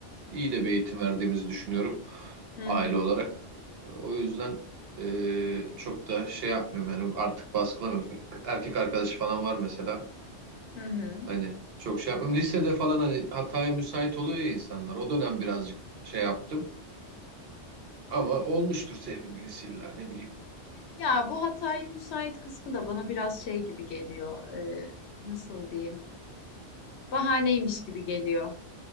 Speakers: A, on the right (about 60°); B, on the left (about 70°).
A: iyi de bir eğitim verdiğimizi düşünüyorum
B: Hı
A: aile
B: hı.
A: olarak. O yüzden ee, çok da şey yapmıyorum yani artık baskılamıyorum. Erkek arkadaşı falan var mesela.
B: Hı hı.
A: Hani çok şey yapmıyorum. Lisede falan hani hataya müsait oluyor ya insanlar. O dönem birazcık şey yaptım. Ama olmuştur sevgilisiyle ne bileyim.
B: Ya bu hataya müsait kısmı da bana biraz şey gibi geliyor. Ee, nasıl diyeyim? Bahaneymiş gibi geliyor.